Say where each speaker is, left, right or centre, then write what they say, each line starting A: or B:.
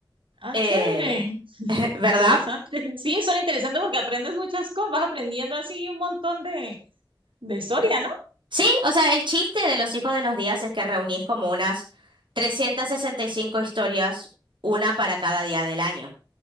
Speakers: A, on the right; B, on the right.
A: Ah,
B: Eh,
A: chévere.
B: <laughs> ¿verdad?
A: Interesante. <laughs> Sí, son interesantes porque aprendes muchas cosas. Vas aprendiendo así un montón de, de historia, ¿no?
B: Sí, o sea, el chiste de los hijos de los días es que reunís como unas 365 historias, una para cada día del año.